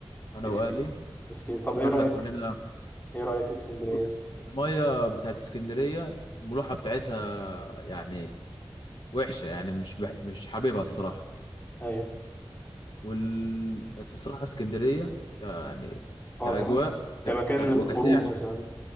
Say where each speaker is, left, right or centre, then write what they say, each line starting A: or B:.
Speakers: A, on the left (about 80°); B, on the left (about 20°).
A: انا
B: اسك...
A: واهلي س-
B: اسك... طب
A: سافرنا
B: ايه رايك
A: كلنا
B: ايه رايك في اسكندريه
A: بص المية بتاعت اسكندرية الملوحة بتاعتها يعني وحشة يعني مش بح... مش حاببها الصراحة
B: ايوه
A: وال... بس الصراحة اسكندرية ك... يعني
B: اه
A: كأجواء
B: كمان كمكان
A: ك... ك...
B: للخروج
A: وكسعر
B: مثلا